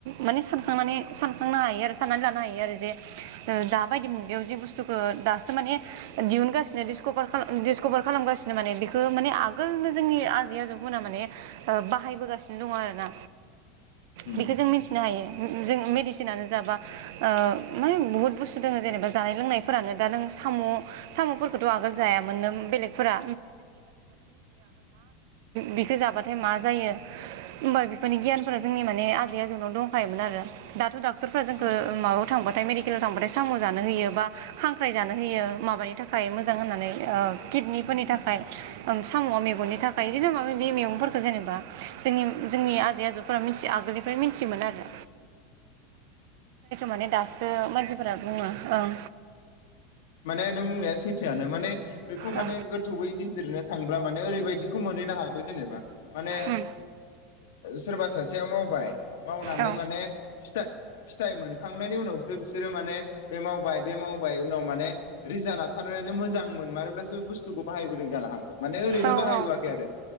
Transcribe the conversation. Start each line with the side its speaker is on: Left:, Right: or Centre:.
Right: माने सानखांनानै सानखांनो हायो आरो साननानै लानो हायो आरो जे दाबायदि मुगायाव जि बुस्थुखौ दासो माने दिहुनगासिनो डिसकभार खालाम दिसकभार खालामगासिनो माने बेखो माने आगोलनो जोंनि आजै आजौ मोना माने ओ बाहायबोगासिनो दङ आरो ना
Left: उम
Right: बेखो जों मिथिनो हायो। उम उम जों मेडिसिनानो जा बा ओ मा बुहुत बुस्थु दङ जेनेबा जानाय लोंनायफोरानो दा नों साम' साम'फोरखौथ' आगोल जायामोननो बेलेगफोरा बेखो जाबाथाय मा जायो होमबा बेफोरनि गियानफोरा जोंनि माने आजै आजौनाव दंखायोमोन आरो दाथ' दाख क्टरफोरा जोंखो
Left: औ
Right: माबाव थांबथाय मेदि केलाव थांबाथाय साम' जानो होयो बा खांख्राइ जानो होयो माबानि थाखाय मोजां होननानै ओ किडनिफोरनि
Left: उम
Right: थाखाय ओं साम'आ मेगननि
Left: उम
Right: था जायनो जों मायबा मायबि मैगंफोरखो जेनेबा जोंनि जोंनि आजै आजौफोरा आगोलनिफ्रायथियोन आरो माने दासो मानसिफोरा बुङो ओं
Left: माने नों बुंनाया सै थोआनो माने बेखौ
Right: औ
Left: माने गोथौैवै बिजिरनो थांबा माने ओरैबायदिखौ मोनैनो हागौ जेनेबा माने
Right: उम
Left: सोरबा सासेया मावबाय मावनानै
Right: औ
Left: माने फिथाय फिथाय मोनखांनयनि उनावसो बिसोरो माने बे मावबाय बे मावबाय उनाव माने रिजाल्ट लाथारनयानो मोजां मोनमारोब्लासो बुस्थुखौ बाहायबोदों जानो हागौ माने ओरैनो
Right: औ
Left: बाहायबोआखै
Right: औ
Left: आरो